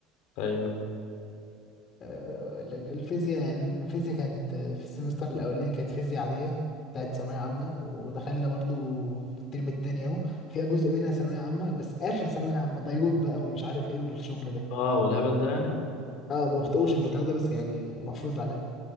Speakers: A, on the left; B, on the left.
A: أيوه
B: آه، الفيزياء يعني الفيزياء كانت آه، في السمستر الأولاني كانت فيزياء عادية بتاعت ثانوية عامة ودخلنا برضو في الترم التاني أهو فيها جزء منها ثانوية عامة بس آخر ثانوية عامة ديود بقى ومش عارف إيه والشغل ده
A: أه والهبل ده يعني
B: أه ما بخطئوش البتاع ده بس يعني مفروض عليا